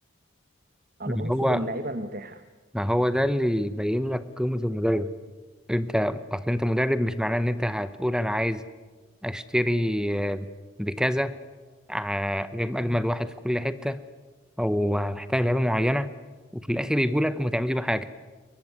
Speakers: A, on the right (about 45°); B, in the centre.
A: الونسو
B: ما هو
A: باللعيبه المتاحه
B: ما هو ده اللي يبين لك قيمه المدرب انت اصل انت مدرب مش معناه ان انت هتقول انا عايز اشتري آه، بكذا آه، اجيب اجمد واحد في كل حته او محتاج لعيبه معينه وفي الاخر يجوا لك وما تعملش بيه حاجه